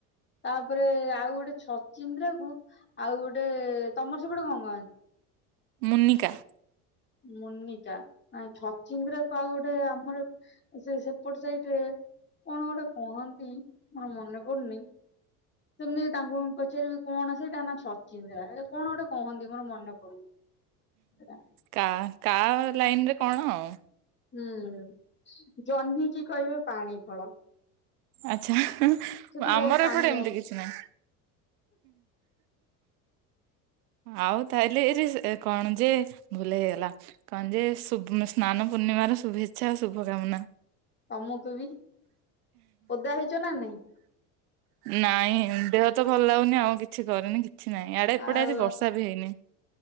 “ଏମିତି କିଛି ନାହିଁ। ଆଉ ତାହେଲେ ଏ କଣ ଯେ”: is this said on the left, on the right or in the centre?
Right